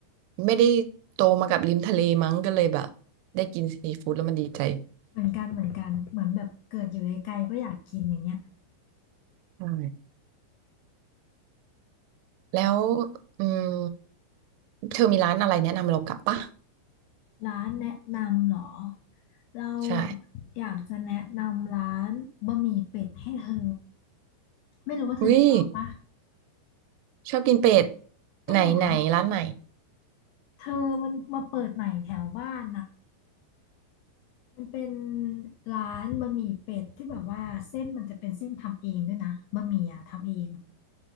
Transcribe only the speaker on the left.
เหมือนกันเหมือนกัน เหมือนแบบเกิดอยู่ไกลๆก็อยากกินอย่างเงี้ย
ร้านแนะนำเหรอ เราอะอยากจะแนะนำร้านบะหมี่เป็ดให้เธอ
ไม่รู้ว่าเธอจะชอบปะ
อ๋อเหรอ
เธอมันมาเปิดใหม่แถวบ้านน่ะมันเป็นร้านบะหมี่เป็ดที่แบบว่าเส้นมันจะเป็นเส้นทำเองด้วยนะบะหมี่อะทำเอง